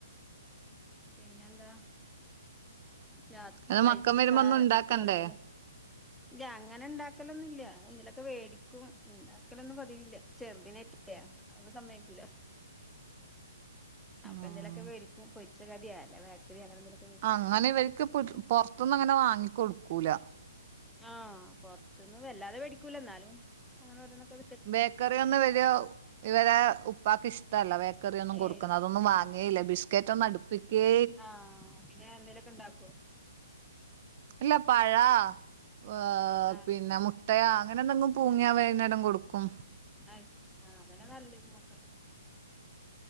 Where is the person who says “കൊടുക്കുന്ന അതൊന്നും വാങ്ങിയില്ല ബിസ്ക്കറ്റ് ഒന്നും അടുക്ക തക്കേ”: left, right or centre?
Right